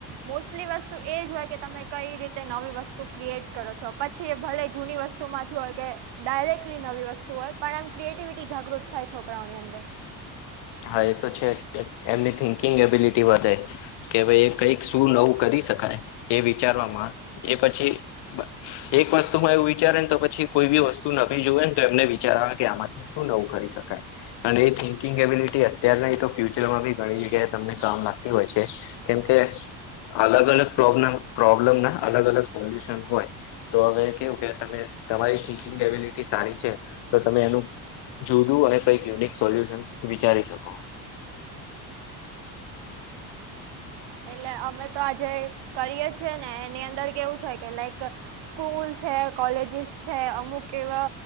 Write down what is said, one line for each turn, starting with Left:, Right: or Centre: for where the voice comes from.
Right: મોસ્ટલી વસ્તુ એ જ હોય કે તમે કઈ રીતે નવી વસ્તુ ક્રિએટ કરો છો. પછી એ ભલે જૂની વસ્તુમાંથી હોય કે ડાયરેક્ટલી નવી વસ્તુ હોય. પણ એમ ક્રિએટિવિટી જાગૃત થાય છોકરાઓની અંદર.
Left: હા એ તો છે એમની થિંકિંગ એબિલિટી વધે કે ભાઈ એક કઈક શું નવું કરી શકાય એ વિચારવામાં એ પછી એક વસ્તુ માં એવું વિચારે ને તો પછી કોઈ બી વસ્તુ નથી જોવે ને તો એમને વિચાર આવે કે આમાંથી શ નવું કરી શકાય. અને એ થીંકિંગ અબિલિટી અત્યારના તો ફ્યુચરમાં બી ઘણી જગ્યાએ તમને કામ લાગતી હોય છે. કેમ કે અલગ અલગ પ્રોબ્લેમ પ્રોબ્લમ ના અલગ અલગ સોલ્યુશન હોય. તો હવે કેવું કે તમે તમારી થિકિંગ કેબિલિટી સારી છે તો તમે એનું જુદું અને કઈક યુનિક સોલ્યુશન વિચારી શકો.
Right: એટલે અમે તો આજે કરીએ છીએ ને એની અંદર કેવું છે કે લાઈક સ્કૂલ છે કોલેજીસ છે અમુક એવા